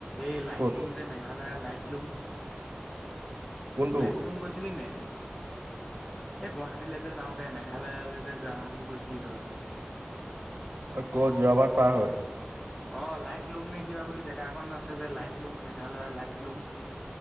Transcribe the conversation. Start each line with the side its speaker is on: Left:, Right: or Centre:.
Left: এই লাইট
Right: ক'ত
Left: লুম যে ম আলৰে লাইট লুম।
Right: কোনটো
Left: লাইট লুম গৈছিলি নে? এই গুৱাহাটীলৈ যে যাওতে মেঘালয়লৈ যে যাওঁ বুলি কৈছিলি তই।
Right: ক'ত যোৰাবাট পাৰ হয়।
Left: অ, লাইট লুম নে কিবা বুলি জেগা একখন আছে যে লাইট লুম মেঘালয়ৰ লাইট লুম।